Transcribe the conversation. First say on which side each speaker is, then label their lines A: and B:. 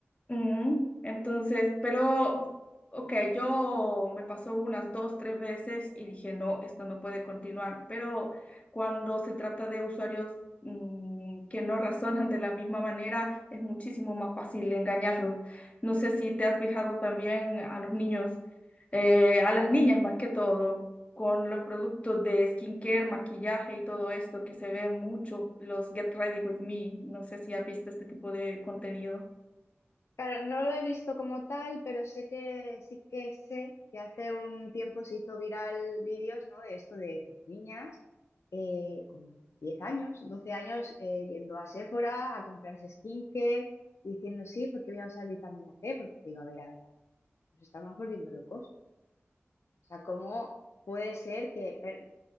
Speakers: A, on the left; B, on the left.
A: Ujú. Entonces, pero, ok, yo me pasó unas dos, tres veces y dije, no, esto no puede continuar, pero cuando se trata de usuarios mm, que no razonan de la misma manera, es muchísimo más fácil engañarlos. No sé si te has fijado también a los niños, eh, a las niñas más que todo, con los productos de skincare, maquillaje y todo esto que se ve mucho, los Get Ready With Me, no sé si has visto este tipo de contenido.
B: Claro, no lo he visto como tal, pero sé que sí que sé que hace un tiempo se hizo viral vídeos, ¿no? De esto de pues, niñas eh, con 10 años, 12 años eh, yendo a Sephora a comprarse skincare, diciendo sí, porque voy a usar vitamina C, porque digo, a ver, a ver, a ver, nos estamos volviendo locos. O sea, ¿cómo puede ser que, per-